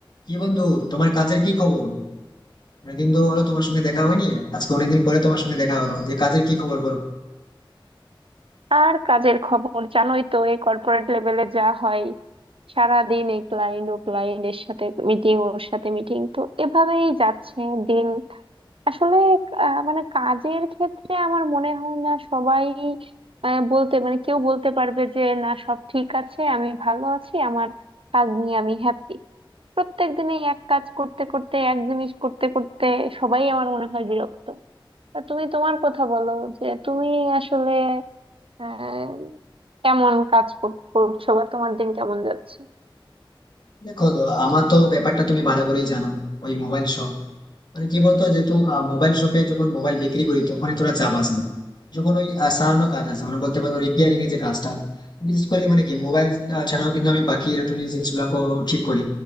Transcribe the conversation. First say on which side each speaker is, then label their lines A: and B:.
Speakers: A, on the left; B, on the right.
A: কি বন্ধু তোমার কাজের কি খবর অনেকদিন তো হলো তোমার সঙ্গে দেখা হয়নি আজকে অনেকদিন পরে তোমার সঙ্গে দেখা হলো যে কাজের কি খবর বলো
B: আর কাজের খবর জানোই তো এই কর্পোরেট লেভেলে যা হয় সারাদিন এই ক্লায়েন্ট ও ক্লায়েন্ট এর সাথে মিটিং ওর সাথে মিটিং তো এভাবেই যাচ্ছে দিন আসলে আহ, মানে কাজের ক্ষেত্রে আমার মনে হয় না সবাই আহ, বলতে মানে কেউ বলতে পারবে যে না সব ঠিক আছে আমি ভালো আছি আমার কাজ নিয়ে আমি হ্যাপি প্রত্যেক দিনে এক কাজ করতে করতে এক জিনিস করতে করতে সবাই আমার মনে হয় বিরক্ত তা তুমি তোমার কথা বলো যে তুমি আসলে আহ, কেমন কাজ কর- করছো বা তোমার দিন কেমন যাচ্ছে
A: দেখো তো আমার তো ব্যাপারটা তুমি ভালো করেই জানো ওই মোবাইল শপ মানে কি বলতো যেহেতু মোবাইল শপে যখন মোবাইল বিক্রি করি তখন তোরা চাপ আসে না। যখন ওই আহ, সারানো কাজ আছে মানে বলতে পারো রিপেয়ারিং এর যে কাজটা বিশেষ করে মানে কি মোবাইল ছাড়াও কিন্তু আমি বাকি ইলেকট্রনিক জিনিসগুলো ঠিক করি